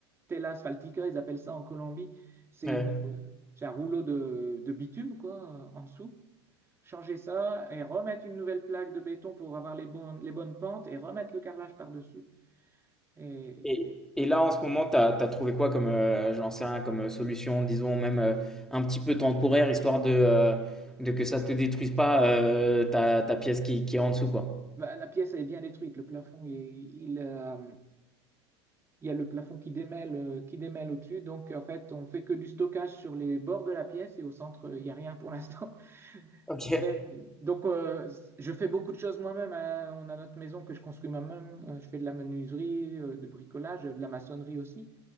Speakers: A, on the right; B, in the centre.
A: tela asphaltica, ils appellent ça en Colombie, c'est
B: ouais.
A: une, euh, c'est un rouleau de, de bitume quoi, euh, en dessous. Changer ça et remettre une nouvelle plaque de béton pour avoir les bonnes, les bonnes pentes et remettre le carrelage par-dessus. Et
B: Et, et là, en ce moment, tu as, trouvé quoi comme, euh, j'en sais rien, comme euh, solution, disons, même euh, un petit peu temporaire, histoire de, euh, de que ça te détruise pas euh, ta, ta pièce qui, qui est en dessous, quoi.
A: bah, la pièce elle est bien détruite, le plafond, il, il, euh, il y a le plafond qui démêle, euh, qui démêle au-dessus. Donc en fait, on fait que du stockage sur les bords de la pièce et au centre, il n'y a rien pour l'instant.
B: Ok.
A: Mais, donc, euh, je fais beaucoup de choses moi-même. hein. On a notre maison que je construis moi-même. Euh, Je fais de la menuiserie, euh, du bricolage, euh, de la maçonnerie aussi.